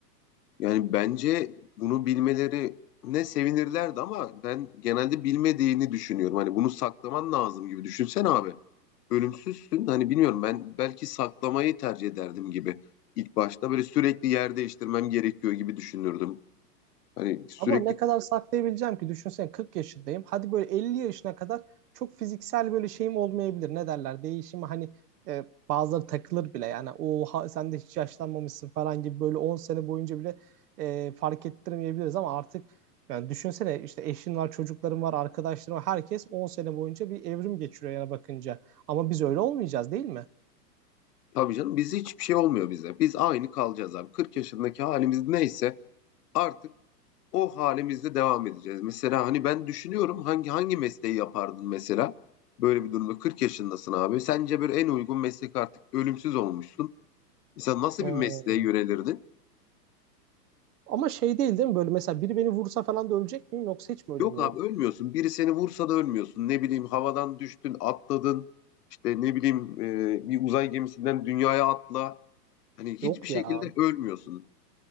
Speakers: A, on the left; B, on the right.
A: Yani bence bunu bilmelerine sevinirlerdi ama ben genelde bilmediğini düşünüyorum. Hani bunu saklaman lazım gibi. Düşünsene abi. Ölümsüzsün. Hani bilmiyorum ben belki saklamayı tercih ederdim gibi. İlk başta böyle sürekli yer değiştirmem gerekiyor gibi düşünürdüm. Hani sürekli
B: Ama ne kadar saklayabileceğim ki düşünsene 40 yaşındayım. Hadi böyle 50 yaşına kadar çok fiziksel böyle şeyim olmayabilir. Ne derler? Değişimi hani e, bazıları takılır bile. Yani oha sen de hiç yaşlanmamışsın falan gibi böyle 10 sene boyunca bile e, fark ettirmeyebiliriz ama artık yani düşünsene işte eşin var, çocukların var, arkadaşların var. Herkes 10 sene boyunca bir evrim geçiriyor yana bakınca. Ama biz öyle olmayacağız değil mi?
A: tabii canım biz hiçbir şey olmuyor bize. Biz aynı kalacağız abi. 40 yaşındaki halimiz neyse artık o halimizde devam edeceğiz. Mesela hani ben düşünüyorum hangi hangi mesleği yapardın mesela? Böyle bir durumda 40 yaşındasın abi. Sence böyle en uygun meslek artık ölümsüz olmuşsun. Mesela nasıl
B: Hmm.
A: bir mesleğe yönelirdin?
B: Ama şey değil değil mi? Böyle mesela biri beni vursa falan da ölecek miyim yoksa hiç mi ölemiyorum?
A: Yok abi ölmüyorsun. Biri seni vursa da ölmüyorsun. Ne bileyim havadan düştün, atladın. İşte ne bileyim e, bir uzay gemisinden dünyaya atla. Hani hiçbir
B: Yok
A: şekilde
B: ya.
A: ölmüyorsun.